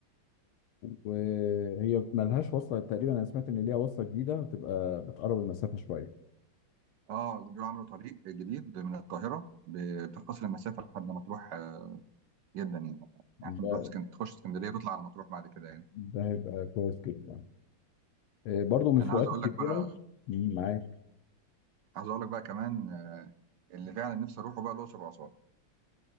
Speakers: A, on the left; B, on the right.
A: وهي ملهاش وصله تقريبا انا سمعت ان ليها وصله جديده هتبقى بتقرب المسافه شويه
B: اه بيقولوا عملوا طريق جديد من القاهره ب... بتختصر المسافه لحد مطروح آه، جدا يعني يعني عشان
A: ده
B: تروح اسكن... تخش اسكندريه وتطلع على مطروح بعد كده يعني
A: ده هيبقى كويس جدا آه، برضه من الفروقات
B: انا عايز اقول
A: الكبيره
B: لك بقى
A: مم، معاك
B: عايز اقول لك بقى كمان آه، اللي فعلا نفسي اروحه بقى الاقصر واسوان